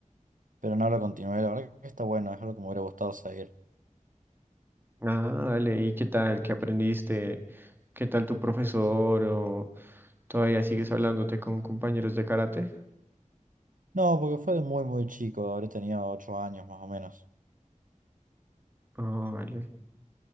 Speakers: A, on the right; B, on the right.
A: pero no lo continué. La verdad que está bueno, es algo que me hubiera gustado seguir.
B: Ah, dale, ¿y qué tal? ¿Qué aprendiste? ¿Qué tal tu profesor? ¿O todavía sigues hablándote con compañeros de karate?
A: No, porque fue de muy, muy chico, habré tenido ocho años más o menos.
B: Ah, vale.